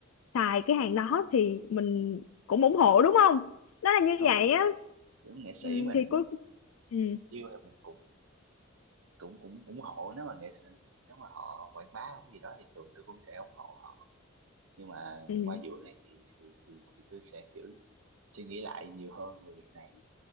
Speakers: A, on the left (about 80°); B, on the right (about 75°).
A: xài cái hàng
B: đúng
A: đó
B: rồi
A: thì mình cũng ủng hộ đúng không nó là như
B: đúng
A: vậy
B: rồi
A: á
B: kiểu nghệ sĩ
A: ừ,
B: mình
A: thì cuối ừ,
B: yêu thì mình cũng cũng cũng ủng hộ nếu mà nghệ sĩ nếu mà họ quảng bá cái gì đó thì thường tôi cũng sẽ ủng hộ họ nhưng mà
A: ừ,
B: qua vụ này thì thì thì, thì tôi sẽ kiểu suy nghĩ lại nhiều hơn về việc này